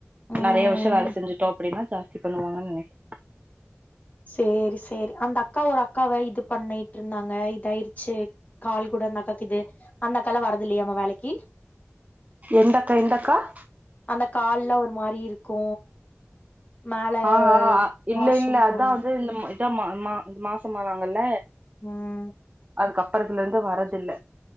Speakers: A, on the left; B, on the right.
A: ம்
B: நெறையா வருஷ வேல செஞ்சுட் டினா ஜாஸ்தி பண்ணுவாங்கன் நெனைக்
A: சேரி சேரி அந்த அக்கா ஒரு அக்காவ இது பண்ணிட்ருந்தாங்க இதாயிரு ச்சு கால் கூட அந்த அக்காக் இது அந்த அக்கால வரது இல்லயாமா வேலைக்கு
B: எந்தக்கா எந்தக்கா
A: அந்த கால்லா ஒரு மாரி இருக்கு மேல
B: அ அ அ இல்ல
A: வாஷ்ரூம்
B: இல்ல
A: போனு
B: அதா வந்து இந்த தா மா மா மாசம் ஆனாங்கல்ல
A: ம்
B: அதுக்கப்பறத்துல இருந்து வரதுல்ல